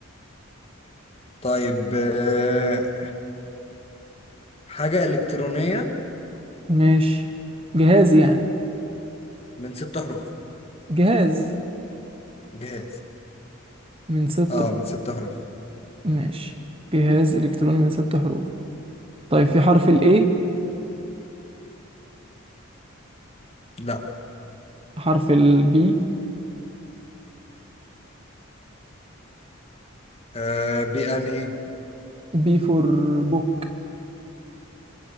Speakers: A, on the left; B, on the right.
A: طيب آه... حاجة إلكترونية
B: ماشي جهاز يعني
A: من ست حروف
B: جهاز
A: جهاز
B: من ست
A: اه من ست حروف
B: ماشي جهاز الكتروني من ست حروف طيب في حرف الاي
A: لا
B: حرف البي
A: آه... بأنهي
B: بي فور بوك